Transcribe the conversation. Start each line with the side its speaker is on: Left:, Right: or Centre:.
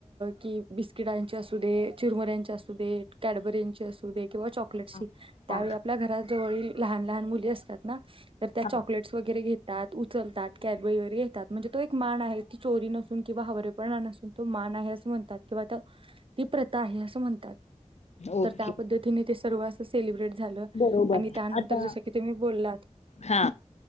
Right: की बिस्किटांचे असू दे, चिरमुऱ्यांचे असू दे- कॅडबरीचे असू दे किंवा चॉकलेटची-
Left: हा
Right: त्यावेळी
Left: हा
Right: आपल्या घरात जव लहान लहान मुली असतात ना, तर त्या
Left: हा
Right: चॉकलेट्स वगैरे घेत उचलतात कॅद वगैरे येतात, म्हणजे तो एक मान आहे ती चोरी नसून किंवा हवरेपणा नसून तो मान- आहे असं म्हणतात किंवा ती प्रथा आहे असं म्हणतात.
Left: ओके
Right: तर त्या पद्धतीने ते सर्व अस सेलिब्रेट झालं
Left: बरोबर
Right: आणि त्यानंतर
Left: आता
Right: जस की तुम्ही- बोललात,
Left: हा